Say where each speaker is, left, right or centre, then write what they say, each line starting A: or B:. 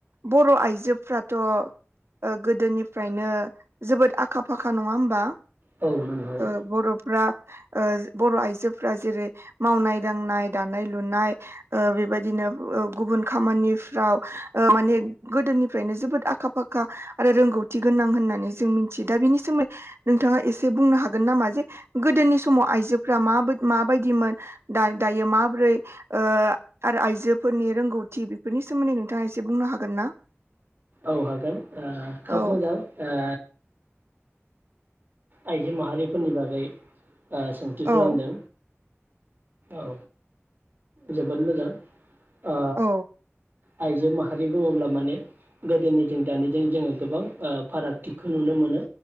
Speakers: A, on the right; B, on the right.
A: बर' आइजोफ्राथ' ओ गोदोनिफ्रायनो जोबोद आखा फाखा नङा होमबा?
B: औ नंगौ
A: ओ बर'फ्रा ओ बर' आइजोफ्रा जेरै मावनाय दांनाय दानाय लुनाय ओ बेबायदिनो ओ गुबुन खामानिफ्राव ओ माने गोदोनिफ्रायनो जोबोद आखा फाखा आरो रोंगौथि गोनां होननानै जों मिथियो दा बिनि सोमोन्दै नोंथाङा एसे बुंनो हागोन नामा जे गोदोनि समाव आइजोफ्रा माबा माबायदिमोन? दा दायो माबोरै ओ आरो आइजोफोरनि रोंगौथि बेफोरनि सोमोन्दै नोंथाङा एसे बुंनो हागोन ना?
B: औ हागोन ओ खोब
A: औ
B: मोजां ओ आइजो माहारिफोरनि बागै ओ सोंथि
A: औ
B: खालामदों। औ जोबोद मोजां। आ
A: औ
B: आइजो माहारि बुङोब्ला माने गोदोनि जों दानिजों जोङो गोबां फारागथिखौ नुनो मोनो।